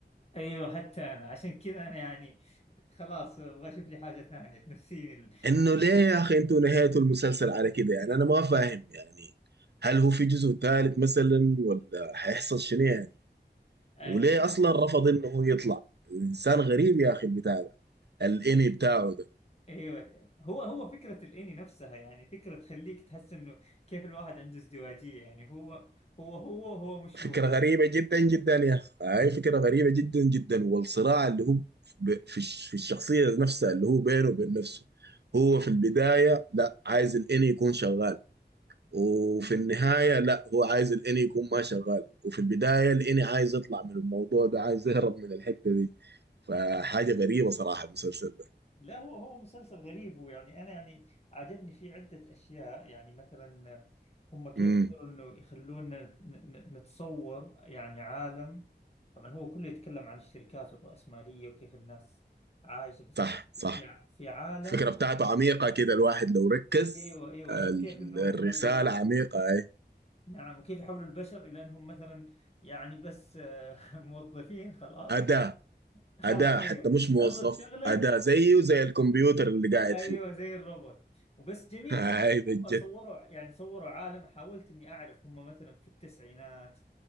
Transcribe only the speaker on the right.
إنه ليه يا أخي أنتوا نهايتوا المسلسل على كده يعني أنا ما فاهم يعني هل هو في جزء ثالث مثلا ولا هيحصل شنو يعني
وليه أصلا رفض إنه هو يطلع إنسان غريب يا أخي البتاع ده الإني بتاعه ده
فكرة
غريبة جدا جدا يا أخي هاي فكرة غريبة جدا جدا والصراع اللي هو ب- في الش- في الشخصية نفسها اللي هو بينه وبين نفسه هو في البداية لا عايز الإني يكون شغال وفي النهاية لا هو عايز الإني يكون ما شغال وفي البداية الإني عايز يطلع من الموضوع ده عايز يهرب من الحتة دي فحاجة غريبة صراحة المسلسل ده
امم
صح صح
الفكرة بتاعته عميقة كده الواحد لو ركز
ال-
الرسالة
عميقة أي
أداة
أداة
حتى مش موظف
أداة زيه وزي الكمبيوتر اللي قاعد
فيه
<laughs> هاي
بجد